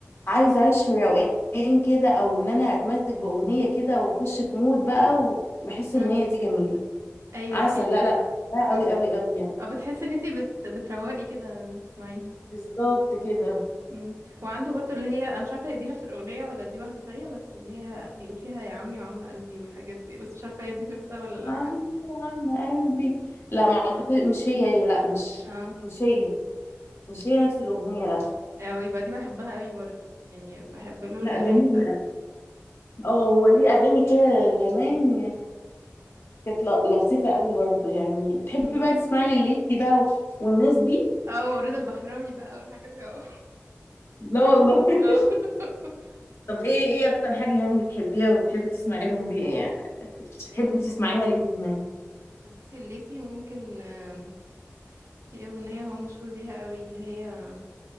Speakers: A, on the left; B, on the right.
A: عايزة أعيش في روقان كده أو إن أنا أتمزج بأغنية كده وأخش في مود بقى وبحس
B: آه.
A: إن هي دي جميلة
B: ايوه
A: عسل
B: في
A: لا لا بقى
B: مم.
A: أوي أوي أوي يعني
B: أو بتحسي ان انتي بت... بتروقي كده لما تسمعيها
A: بالظبط كده
B: مم. وعنده برضو اللي هي انا مش عارفه هي دي نفس الاغنيه ولا دي واحده تانية بس اللي هي بيقول فيها يا عمي وعم قلبي والحاجات دي بس مش عارفه هي دي نفسها ولا لا
A: عم عم قلبي لا ما أعتقد- مش هي هي لا مش
B: اه
A: مش هي مش هي نفس الأغنية لا
B: يعني يبقى دي بحبها قوي برضو يعني بحب له
A: لا
B: الاغاني
A: جميلة
B: بتاعته
A: اه هو ليه أغاني كده زمان كانت ل- لطيفة قوي برضو يعني بتحبي
B: امم
A: بقى تسمعي لليسي بقى و- والناس دي
B: اه ورضا البحراوي بقى والحاجات دي اه
A: لا والله <laughs>
B: اه <laughs>
A: طب ايه ايه اكتر حاجة يعني بتحبيها وبتحبي تسمعي لهم بيها يعني بتحبي
B: آه،
A: تسمعيها ليه يعني
B: بصي الليسي ممكن آم، في اغنيه هو مشهور بيها قوي اللي هي انا